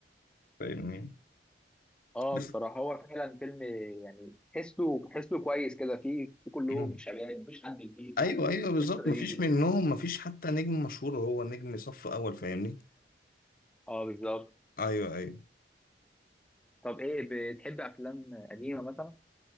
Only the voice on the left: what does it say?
فاهمني
بس-
مم.
ايوه
ايوه بالظبط
مفيش منهم مفيش حتى نجم مشهور هو نجم صف اول فاهمني
ايوه ايوه